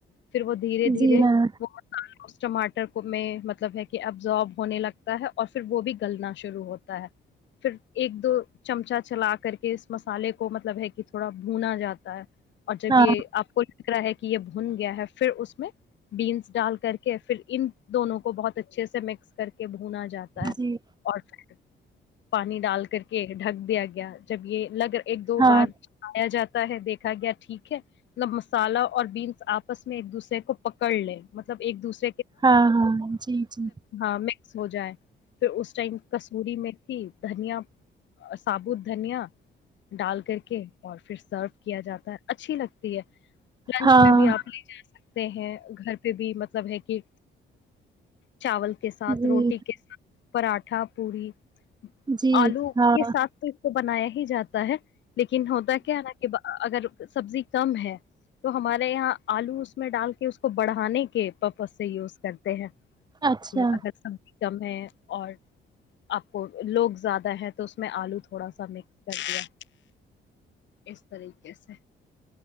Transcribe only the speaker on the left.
پھر وہ دھیرے دھیرے
وہ اس ٹماٹر کو میں مطلب ہے کہ ابزارب ہونے لگتا ہے اور پھر وہ بھی گلنا شروع ہوتا ہے پھر ایک دو چمچہ چلا کر کے اس مسالے کو مطلب ہے کہ تھوڑا بھونا جاتا ہے اور جب
یہ آپ کو د رہا ہے کہ یہ بھن گیا ہے پھر اس میں بیینس ڈال کر کے پھر ان دونوں کو بہت اچھے سے مکس کر کے بھنا جاتا ہے
اور پھر پانی ڈال کر کے ڈھگ دیا گیا جب یہ لگگر ایک دو
بار چلایا جاتا ہے دیکھا گیا ٹھیک ہے مطلب مسالہ اور بینس آپس میں ایک دوسرے کو پکڑ لے مطلب ایک دوسے
ہاں مکس ہو جائے پھر اس ٹائم کسوری میں تھی دھنیا ابوت دھنیا ڈال کر کے اور پھر سرو کیا جاتا ہے اچھی لگتی لنچ
میں بھی آپ لے جا سکتے ہیں گھر بھی مطلب ہے کہ چاول کے ساتھ
روٹی کے ساتھ پراٹھا مٹھا پوڑی
آلو کے
ساتھ تو اس کو بنایا ہی جاتا تا ہے لیکن ہوتا کیا ہے ن کہ اگر سبزی کم ہے تو ہمارے یہاں آلو اس میں ڈال کے اس کو بڑھانے کے پاپ اس سے یوز کرتے ہیں
کہ اگر سبزی کم ہے اور آپ کو لوگ زیادہ ہے تو اس میں آلو تھوڑا سا مکس کر دیا اس طریقے سے